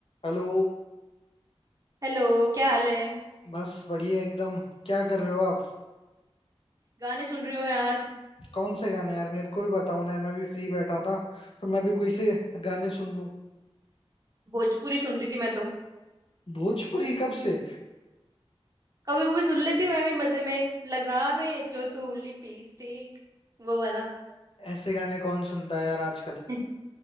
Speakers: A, on the left; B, on the right.
A: Hello
B: Hello क्या हाल है
A: बस बढ़िया एकदम क्या कर रहे हो आप
B: गाने सुन रही हूँ यार
A: कौन से गाने यार मेरे को भी बताओ ना मैं भी फ्री बैठा था तो मैं भी कोई से गाने सुन लूं
B: भोजपुरी सुन रही थी मैं तो
A: भोजपुरी कब से
B: कभी कभी सुन लेती हूँ मैं भी मजे में लगावे जो तू लिपी स्टिक वो वाला
A: ऐसे गाने कौन सुनता है यार आजकल
B: <laughs>